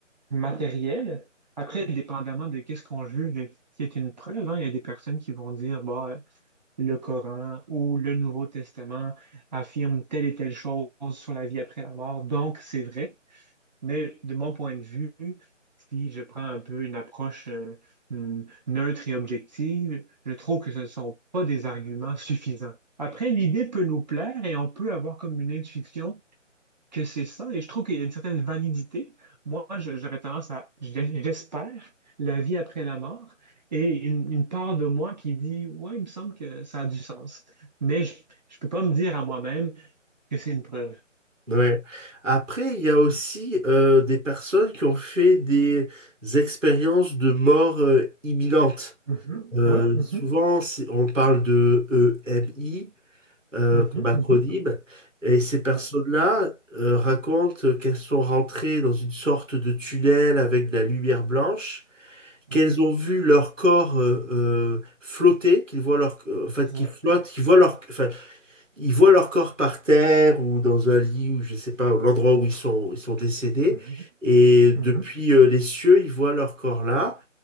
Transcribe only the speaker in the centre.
Ouais. Après, il y a aussi euh, des personnes qui ont fait des expériences de mort euh, imminente.
Euh,
souvent, c'est- on parle de EMI. euh,
comme acronyme.
Et ces personnes-là
euh, racontent qu'elles sont rentrées dans une sorte de tunnel avec de la lumière blanche,
qu'elles ont vu leur corps euh, euh, flotter, qu'ils voient leur, euh, en fait,
qu'ils flottent, qu'ils voient leur, enfin, ils voient leur corps par terre ou dans un lit ou je sais pas, l'endroit où ils sont, ils sont décédés.
Et depuis
euh, les cieux, ils voient leur corps là.